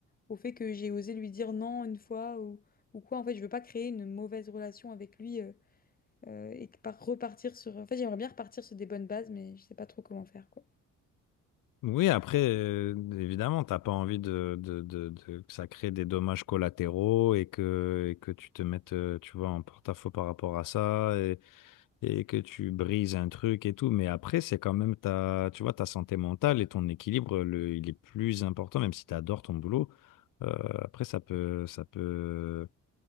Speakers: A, on the left (about 25°); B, on the left (about 80°).
A: au fait que j'ai osé lui dire non une fois ou, ou quoi. En fait, je veux pas créer une mauvaise relation avec lui. euh, euh, et que par repartir sur. En fait, j'aimerais bien repartir sur des bonnes bases, mais je sais pas trop comment faire, quoi.
B: Oui, après, euh, évidemment, t'as pas envie de, de, de, de- que ça crée des dommages collatéraux et que, et que tu te mettes, euh, tu vois, en porte-à-faux par rapport à ça et, et que tu brises un truc et tout. Mais après, c'est quand même ta, tu vois, ta santé mentale et ton équilibre, le, il est plus important, même si tu adores ton boulot. Euh, après, ça peut, ça peut